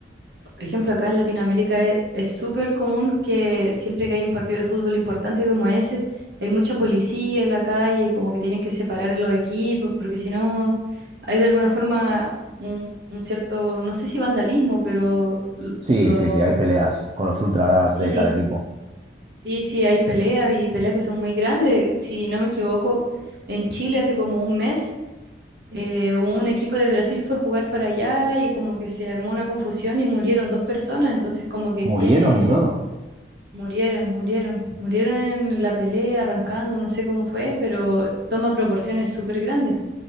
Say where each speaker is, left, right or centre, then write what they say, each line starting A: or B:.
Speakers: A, on the right; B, on the right.
A: por ejemplo, acá en Latinoamérica e- es súper común que siempre que hay un partido de fútbol importante como ese, hay mucha policía en la calle, como que tienen que separar los equipos, porque si no hay de alguna forma un, un cierto, no sé si vandalismo, pero l-
B: Sí,
A: lo,
B: sí, sí, hay peleas con los ultras
A: Sí,
B: de cada equipo.
A: sí, sí, hay peleas y peleas que son muy grandes. Si no me equivoco, en Chile hace como un mes eh, un equipo de Brasil fue a jugar para allá y como que se armó una confusión y murieron dos personas, entonces como que
B: Murieron
A: tiene,
B: y todo.
A: murieron, murieron, murieron en la pelea, arrancando, no sé cómo fue, pero toma proporciones súper grandes.